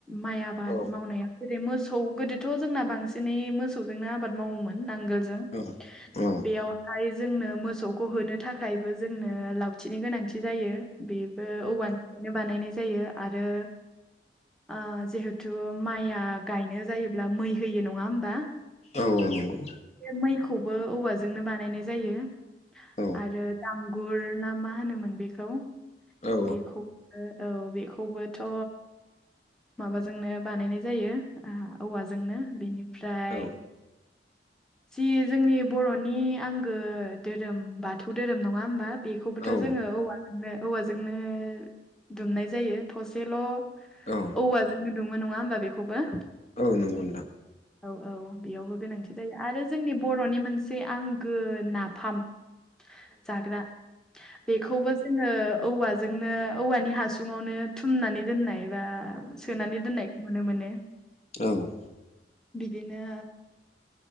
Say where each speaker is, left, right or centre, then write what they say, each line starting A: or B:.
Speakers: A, in the centre; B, on the left.
A: माइ आबाद
B: औ
A: मावनायाव। जेरै मोसौ गोदोथ' जोंना बांसिनै मोसौजोंनो आबाद मावोमोन नांगोलजों।
B: औ औ।
A: बेयावहाय जोंनो मोसौखौ होनो थाखायबो जोंनो लावथिनि गोनांथि जायो। बेबो औवानिफ्रायनो बानायनाय जायो आरो ओ जिहेथु माइआ गायनो जायोब्ला मै होयो नङा होमबा?
B: औ औ नंगौ
A: मैखौबो औवाजोंनो बानायनाय जायो।
B: औ
A: आरो दांगुर ना मा होनोमोन बेखौ
B: औ
A: बेखौ औ बेखौबोथ' माबाजोंनो बानायनाय जायो औवाजोंनो बेनि ओमफ्राय
B: औ
A: जि जोंनि बर'नि आंगो धोरोम बाथौ धोरोम नङा होमबा बेखौबोथ'
B: औ नंगौ
A: जोङो औवा औवाजोंनो दुमनाय जायो थसेल'
B: औ
A: औवाजोंनो दुमो नङा होमबा बेखौबो?
B: औ नंगौ नोंथां
A: औ औ बेयावबो गोनांथि जायो आरो जोंनि बर'नि मोनसे आंगो नाफाम जाग्रा बेखौबो जोङो औवाजोंनो औवानि हासुङावनो थुमनानै दोननाय बा सोनानै दोननायखौ नुनो मोनो।
B: औ औ
A: बिदिनो